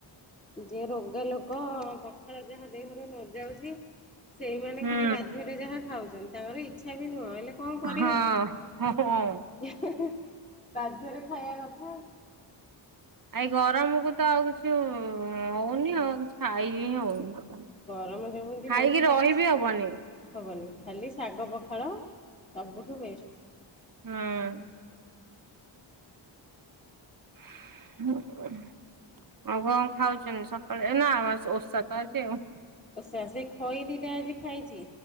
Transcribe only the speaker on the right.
ହୁଁ
ହଁ ହଁ ହଁ
ଏଇ ଗରମକୁ ତ ଆଉ କିଛି ହଉନି ଆଉ କିଛି ଖାଇକି ହିଁ ହଉନି।
ଖାଇକି
ରହିବି
ହବନି
ହଁ। <inaudible> ଆଉ କଣ ଖାଉଛନ୍ତି ସକାଳେ, ଏ ନା ଓଷା ତ ଆଜି ଆଉ।